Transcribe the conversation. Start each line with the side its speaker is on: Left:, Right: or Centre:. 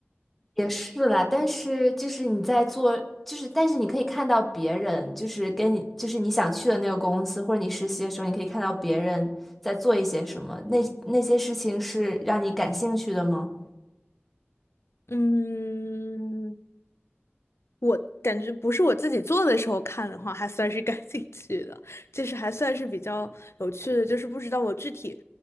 Centre: 也是啦，但是就是你在做，就是但是你可以看到别人，就是跟你，就是你想去的那个公司，或者你实习的时候，你可以看到别人在做一些什么，那那些事情是让你感兴趣的吗？
Left: 嗯，我感觉不是我自己做的时候看的话，还算是 <laughs> 感兴趣的，就是还算是比较有趣的，就是不知道我具体